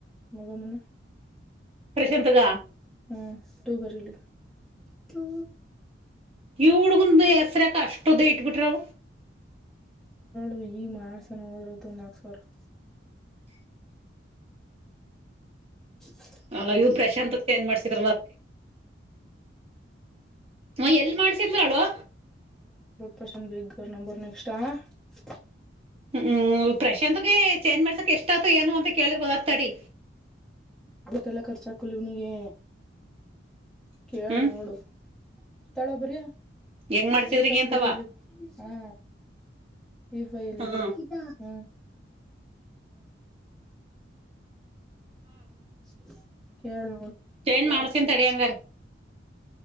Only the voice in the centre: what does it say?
ಮಗಮ್ಮನ
ಹ್ಮ್ ತೂ ಬರಿಲಿ <unintelligible> ಟೂ.
ಎು ಈ ಮಾಡ್ಸಣ ಹೋದ್ರ ಹೊತ್ತು ಒಂದ ನಾಕ ಸಾವಿರ <inaudible> <unintelligible>
ಪಸಂ ಬಗ ಗ ನ ಪರ್ ನ ಎಕ್ಸ್ಟ್ರಾ <unintelligible>
ಅವತ್ತೆಲ್ಲಾ ಖರ್ಚ ಹಾಕಲಿ ಇವ್ನಿಗೆ. ಕೇಳ್
ನೋಡು. ತಳ ಬರಯ
ಈ ಫೈ
ಬರಿಲ್ಲಿ ಹ್ಮ. ಈಫೈಲಿ
ಬರ್ಮ ಹ್ಮ <unintelligible> ಕಳ್.